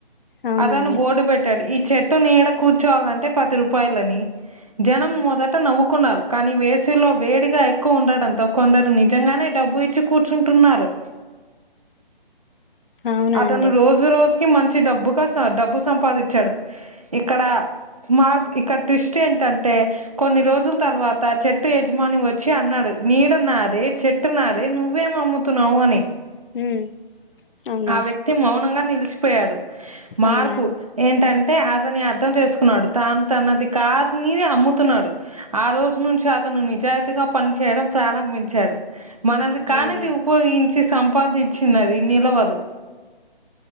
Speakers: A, on the left; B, on the right.
A: అవునా
B: అతను
A: అండి
B: బోర్డు పెట్టాడు ఈ చెట్టు నీడ కూర్చోవాలంటే పది రూపాయలని జనం మొదట నవ్వుకున్నారు. కానీ వేసవిలో వేడిగా ఎక్కువ ఉండడంతో కొందరు నిజంగానే డబ్బు ఇచ్చి కూర్చుంటున్నారు.
A: అవునా
B: అతను
A: అండి
B: రోజ రోజ మంచి డబ్బుగా డబ్బు సంపాదించాడు. ఇక్కడ మార్ ఇక్కడ ట్విస్ట్ ఏంటంటే కొన్ని రోజుల తర్వాత చెట్టు యజమాని వచ్చి అన్నాడు. నీడ నాదే చెట్టు నాదే నువ్వేం అమ్ముతున్నావు అని.
A: ఉమ్ అవునా
B: ఆ వ్యక్తి మౌనంగా నిలిచిపోయాడు మార్పు
A: అవునా
B: ఏంటంటే అంటే అతని అర్థం చేసుకున్నాడు. తాను తనది కాదునిది అమ్ము తున్నాడు ఆ రోజు నుంచి అతను నిజాయితీగా పనిచేయడం ప్రారంభించాడు. మనది కానిది
A: అవునా
B: ఉపయోగించి సంపాదించిందిది నిలవదు.